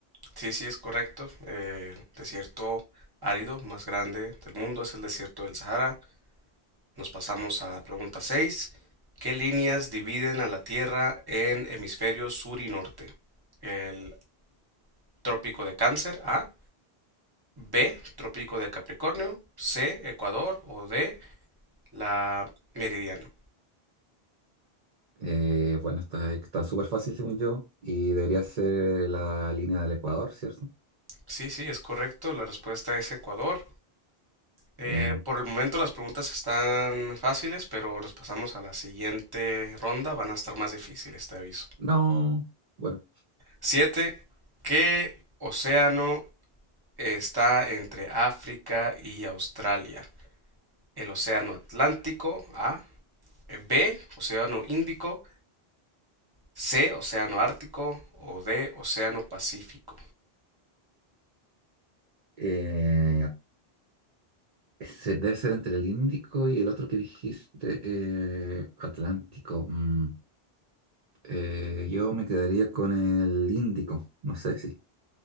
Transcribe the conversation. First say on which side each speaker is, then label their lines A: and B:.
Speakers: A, on the right; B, on the right.
A: Sí, sí, es correcto. Eh, el desierto árido más grande del mundo es el desierto del Sahara. Nos pasamos a la pregunta 6. ¿Qué líneas dividen a la Tierra en hemisferios sur y norte? El trópico de Cáncer, A. B. Trópico de Capricornio. C. Ecuador. O D. La meridiana.
B: Eh, bueno, está, está súper fácil según yo y debería ser la línea del Ecuador, ¿cierto?
A: Sí, sí, es correcto. La respuesta es Ecuador. Eh,
B: Bien.
A: por el momento las preguntas están fáciles, pero nos pasamos a la siguiente ronda. Van a estar más difíciles, te aviso.
B: No, bueno.
A: Siete, ¿Qué océano está entre África y Australia? El océano Atlántico, A. eh, B. Océano Índico. C. Océano Ártico. O D. Océano Pacífico.
B: eh, se- debe ser entre el Índico y el otro que dijiste, eh, Atlántico. Mm, eh, yo me quedaría con el Índico, no sé si.